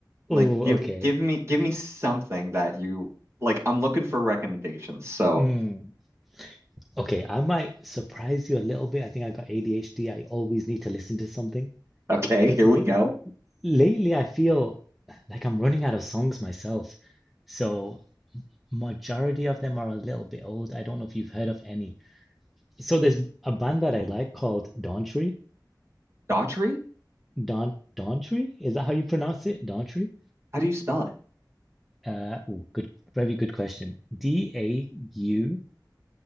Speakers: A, on the right (about 35°); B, in the centre.
A: Like
B: Ooh.
A: give
B: Okay.
A: give me give me something that you like I'm looking for recommendations. So,
B: Mm. Okay. I might surprise you a little bit. I think I got ADHD. I always need to listen to something.
A: okay,
B: But
A: here
B: late
A: we go.
B: lately, I feel like I'm running out of songs myself. So majority of them are a little bit old. I don't know if you've heard of any. So there's a band that I like called Dawntree.
A: Daughtry?
B: Dawn Dawntree? Is that how you pronounce it? Dawntree?
A: How do you spell it?
B: Uh, oh, good, very good question. D a u